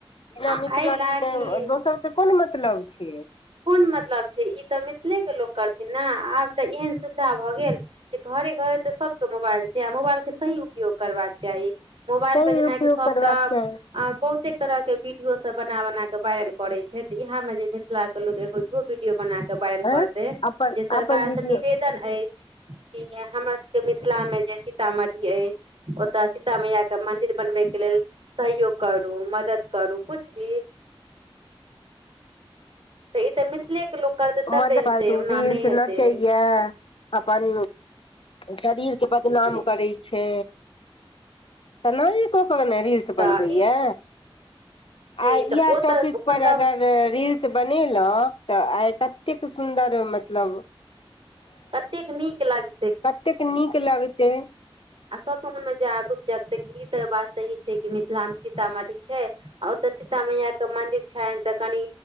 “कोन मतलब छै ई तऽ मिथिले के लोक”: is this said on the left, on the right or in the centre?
Right